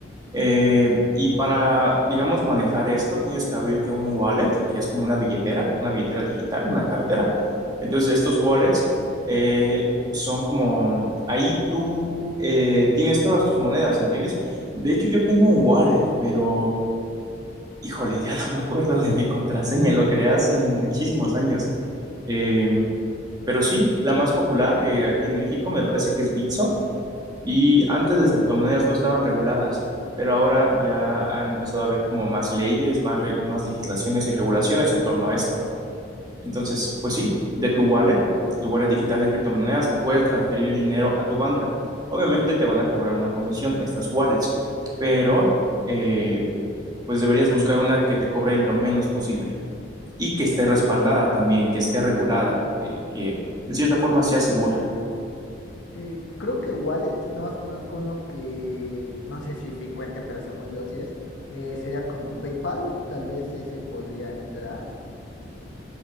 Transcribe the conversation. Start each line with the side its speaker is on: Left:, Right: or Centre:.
Right: Eh, y para, digamos, manejar esto, tienes que abrirte un wallet, que es como una billetera, una billetera digital, una cartera. Entonces, estos wallets eh, son como, ahí tú eh, tienes todas tus monedas, ¿entiendes? De hecho, yo tengo un wallet, pero, híjole, <laughs> ya no me acuerdo de mi contraseña, lo creé hace muchísimos años. Eh, pero sí, la más popular eh, aquí en México me parece que es Bitso. Y antes las criptomonedas no estaban reguladas, pero ahora ya han empezado a haber como más leyes, más, re- más legislaciones y regulaciones en torno a esto. Entonces, pues sí, de tu wallet, de tu wallet digital de criptomonedas, te puedes transferir dinero a tu banca. Obviamente te van a cobrar una comisión estas wallets, pero eh, pues deberías buscar una que te cobre lo menos posible y que esté respaldada también, que esté regulada y que de cierta forma sea segura.
Left: Eh, creo que wallets, nada más conozco uno que no sé si sí cuente, pero según yo sí es. eh, sería como PayPal, tal vez ese podría entrar.